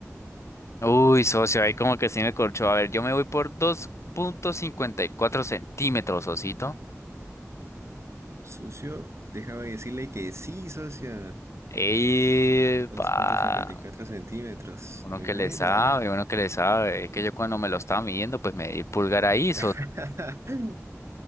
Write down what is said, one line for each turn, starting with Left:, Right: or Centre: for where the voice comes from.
Left: Uy, socio, ahí como que sí me corchó. A ver, yo me voy por dos punto cincuenta y cuatro centímetros, socito.
Right: socio, déjame decirle que sí, socio.
Left: ¡Epa!
Right: dos coma cincuenta y cuatro centímetros.
Left: Uno
Right: Muy
Left: que
Right: buena.
Left: le sabe, uno que le sabe. Es que yo cuando me lo estaba midiendo, pues me di pulgar ahí, socio.
Right: <laughs>